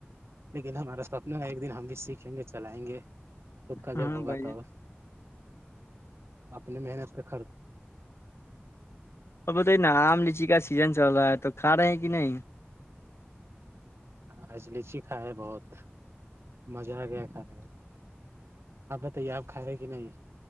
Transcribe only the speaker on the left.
ہاں
بھائی
جان
اور بتائی نا آم لیچی کا سیزن چل رہا ہے تو کھا رہے ہیں کہ نہیں